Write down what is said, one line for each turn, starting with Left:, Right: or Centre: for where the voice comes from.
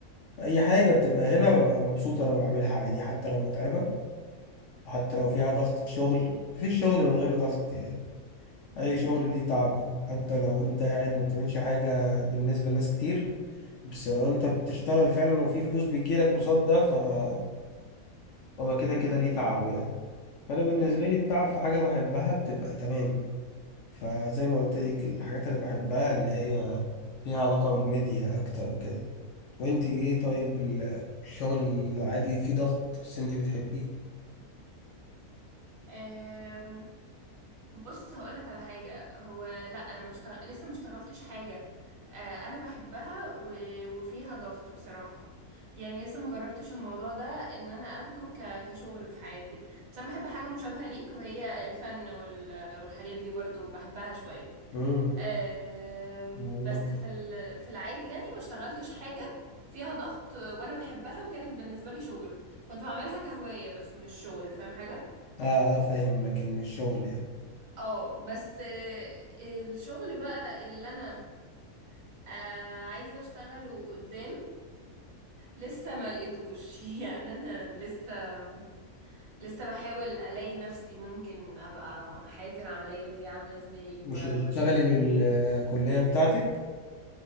Left: اي حاجه بتبقى هنا ببقى مبسوط انا بعملها عادي حتى لو متعبه وحتى لو فيها ضغط شغل مفيش شغل من غير ضغط يعني اي
Right: مم.
Left: شغل ليه تعبه حتى لو انت قاعد ما بتعملش حاجه بالنسبه لناس كتير بس لو انت بتشتغل فعلا وفي فلوس بتجيلك قصاد ده فهو كده كده ليه تعبه يعني فانا بالنسبه
Right: دي حقيقة
Left: لي التعب في حاجه بحبها بتبقى تمام فزي ما قلت لك الحاجات اللي بحبها اللي هي ليها علاقه بالميديا اكتر وكده وانت ايه طيب ال- الشغل اللي عادي فيه ضغط بس انت بتحبيه
Right: أم... بص هقولك على حاجة هو لا انا ما مشتغل... لسه ما اشتغلتش حاجة آه انا بحبها و... وفيها ضغط بصراحة يعني لسه ما جربتش الموضوع ده ان انا اخده ك... كشغل في حياتي بس انا بحب حاجة مشابهة ليك وهي الفن وال... والحاجات دي برضو بحبها شوية
Left: امم
Right: آه
Left: والله
Right: بس في ال... في العادي يعني ما اشتغلتش حاجة فيها ضغط وانا بحبها وكانت بالنسبة لي شغل كنت بعملها كهواية بس مش شغل فاهم حاجة
Left: اه اه فاهم لكن مش شغل يعني.
Right: اه بس آه، الشغل بقى اللي انا آه، عايزة اشتغله قدام لسه ما لقيتوش <laughs> يعني انا لسه لسه بحاول الاقي نفسي ممكن ابقى حياتي العملية دي عاملة ازاي
Left: مش
Right: و-
Left: هتشتغلي
Right: واشتغل
Left: بالكلية
Right: ايه
Left: بتاعتك